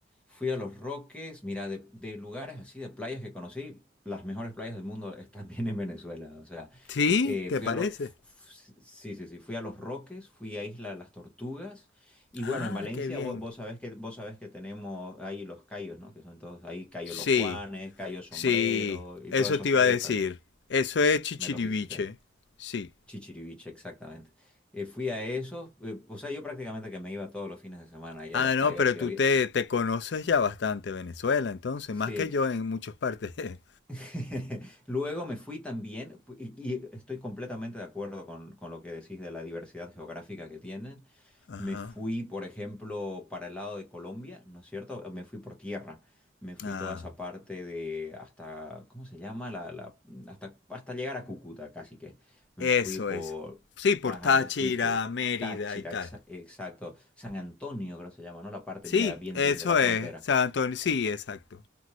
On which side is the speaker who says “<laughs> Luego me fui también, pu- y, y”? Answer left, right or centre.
Centre